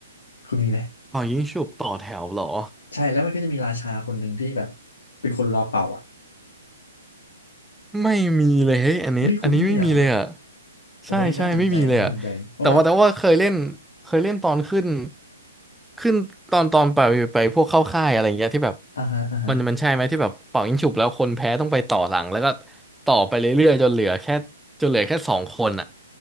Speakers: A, on the left; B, in the centre.
A: คุณมีไหม
B: อ๋อยิงฉุบต่อแถวเหรอ
A: ใช่แล้วมันก็จะมีราชาคนหนึ่งที่แบบเป็นคนรอเป่าอ่ะ
B: ไม่มีเลยเฮ้ยอันนี้อันนี้ไม่มีเลยอ่ะ
A: อุ้ยคุณไม่มีเหรอโอ้อันนี้น่าสนใจอันนี้น่าสนใจเพราะว่า
B: ใช่ใช่ไม่มีเลยอ่ะแต่ว่าแต่ว่าเคยเล่นเคยเล่นตอนขึ้นขึ้นตอนตอนไปไปพวกเข้าค่ายอะไรอย่างเงี้ยที่แบบ
A: อ่าฮะอ่าฮะ
B: มันมันใช่ไหมที่แบบเป่ายิงฉุบแล้วคนแพ้ต้องไปต่อหลังแล้วก็ต่อไปเรื่อยๆจนเหลือแค่จนเหลือแค่สองคนอ่ะ